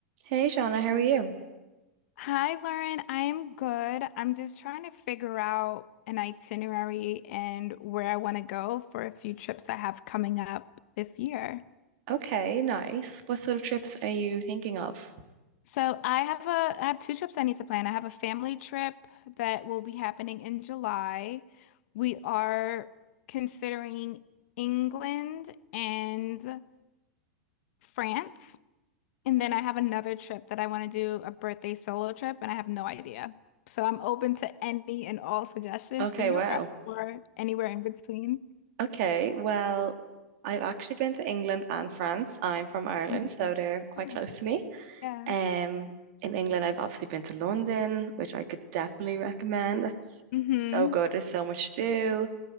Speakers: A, on the right; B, on the left.
A: Hey Shauna, how are you?
B: Hi, Lauren. I am good. I'm just trying to figure out an itinerary and where I want to go for a few trips I have coming up this year.
A: Okay, nice. What sort of trips are you thinking of?
B: So I have a I have two trips I need to plan. I have a family trip that will be happening in July. We are considering England and France. And then I have another trip that I want to do, a birthday solo trip, and I have no idea. So I'm open to any and all suggestions
A: Okay,
B: for Europe
A: wow.
B: or anywhere in between.
A: Okay, well, I've actually been to England and France. I'm from Ireland,
B: Mhm.
A: so they're quite
B: Oh,
A: close to me.
B: Yeah.
A: Um, in England, I've obviously been to London, which I could definitely recommend. That's
B: hmm
A: so good. There's so much to do.